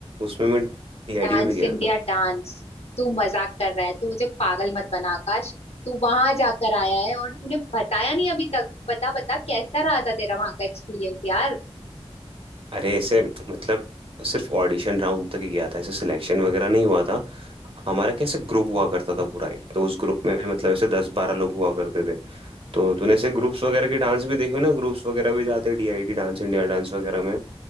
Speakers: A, on the right; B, on the left.
A: उसमें मैं डीआईडी
B: डांस
A: में भी गया
B: इंडिया
A: था
B: डांस तू मजाक कर रहा है तू मुझे पागल मत बना आकाश तू वहां जाकर आया है और तूने बताया नहीं अभी तक बता बता कैसा रहा था तेरा वहां का एक्सपीरियंस यार
A: अरे ऐसे मतलब सिर्फ ऑडिशन राउंड तक ही गया था ऐसे सिलेक्शन वगैरह नहीं हुआ था हमारा कैसे ग्रुप हुआ करता था पूरा एक तो उस ग्रुप में मतलब ऐसे दस बारह लोग हुआ करते थे तो तूने ऐसे ग्रुप्स वगैरह के डांस भी देखे हो ना ग्रुप्स वगैरह भी जाते हैं डीआईडी डांस इंडिया डांस वगैरह में